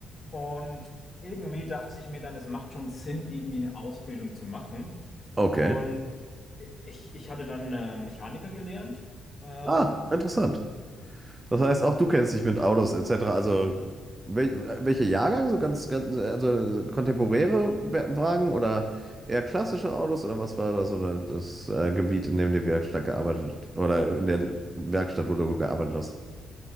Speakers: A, on the left; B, on the right.
A: Und irgendwie dachte ich mir dann, es macht schon Sinn, irgendwie eine Ausbildung zu machen.
B: Okay.
A: Und ich, ich hatte dann äh, Mechaniker gelernt. Ähm,
B: Ah, interessant. Das heißt, auch du kennst dich mit Autos etc. Also wel welcher Jahrgang? So ganz, ganz, also kontemporäre Wa- Wagen oder eher klassische Autos oder was war da so da- das äh, Gebiet, in dem die Werkstatt gearbeitet oder in der Werkstatt, wo du gearbeitet hast?